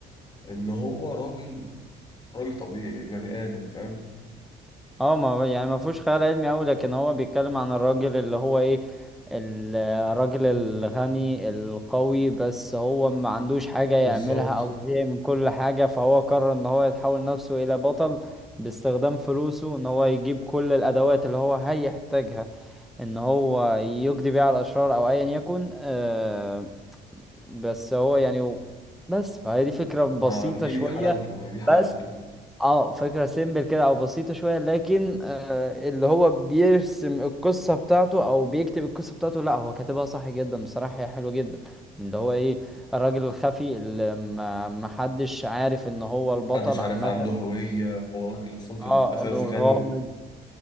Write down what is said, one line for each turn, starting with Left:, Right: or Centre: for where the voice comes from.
Left: ان هو راجل راجل طبيعي بني ادم فاهم
Centre: اه ما هو يعني ما فيهوش خيال علمي قوي لكن هو بيتكلم عن الراجل اللي هو ايه ال- الراجل الغني القوي بس هو ما عندوش حاجة يعملها
Left: بالظبط
Centre: او زهق من كل حاجة فهو قرر ان هو يتحول نفسه الى بطل باستخدام فلوسه ان هو يجيب كل الادوات اللي هو هيحتاجها ان هو يقضي بيها على الاشرار او ايا يكن آه بس هو يعني و- بس فهي دي فكرة بسيطة
Left: ما دي
Centre: شوية
Left: دي حلاوته دي حلاوته
Centre: بس اه فكرة سيمبل كده او بسيطة شوية لكن آه اللي هو بيرسم القصة بتاعته او بيكتب القصة بتاعته لا هو كاتبها صح جدا بصراحة هي حلوة جدا اللي هو ايه الراجل الخفي اللي ما ما حدش عارف ان هو البطل
Left: محدش عارف
Centre: عامة
Left: عنده هوية هو راجل اصلا في
Centre: اه
Left: الاساس
Centre: الغامض
Left: غني